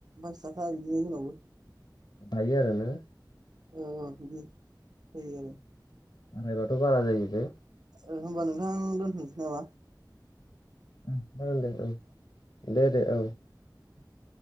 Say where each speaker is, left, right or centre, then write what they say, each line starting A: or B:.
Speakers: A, on the right; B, on the left.
A: बस थाखा बिदिनो जनावबो
B: बाय आरोना
A: औ बिदि जायो आरो
B: मायबाथ' बारा जायो बे
A: ओमबा नोंथांं दोनथ'नोसै नामा?
B: जागोन दे औ दे दे औ
A: <unintelligible>